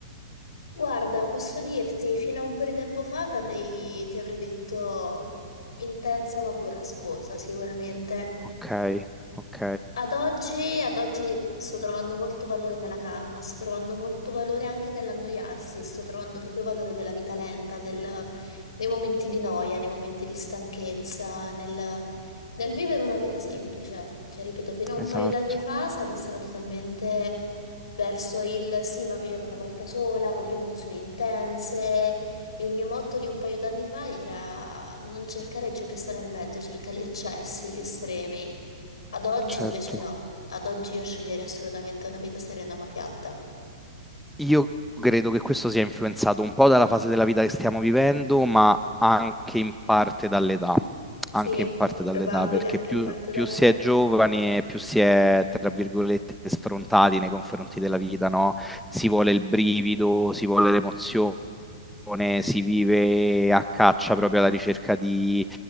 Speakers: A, on the left (about 80°); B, in the centre.
A: Guarda, posso dirti, fino a un po' di tempo fa t'avrei- ti avrei detto intensa ma burrascosa, sicuramente.
B: Ok, ok,
A: Ad oggi, ad oggi sto trovando molto valore nella calma, sto trovando molto valore anche nell'annoiarsi, sto trovando proprio valore nella vita lenta, nel- nei momenti di noia, nei momenti di stanchezza, nel, nel vivere una vita semplice. Cioè, ripeto, fino a un
B: esatto,
A: paio d'anni fa sarei stata totalmente verso il sì, ma viviamo una volta sola, voglio emozioni intense. Il mio motto di un paio d'anni fa era non cercare ciò che sta nel mezzo, cerca gli eccessi, gli estremi. Ad oggi
B: certo.
A: invece no, ad oggi io sceglierei assolutamente una vita serena ma piatta.
B: Io credo che questo sia influenzato un po' dalla fase della vita che stiamo vivendo, ma anche in parte dall'età,
A: Sì,
B: anche in parte
A: probabile
B: dall'età, perché
A: anche
B: più,
A: in parte
B: più
A: dall'età.
B: si è giovani e più si è, tra virgolette, sfrontati nei confronti della vita, no? Si vuole il brivido, si vuole l'emozione, meditazione, si vive a caccia proprio alla ricerca di,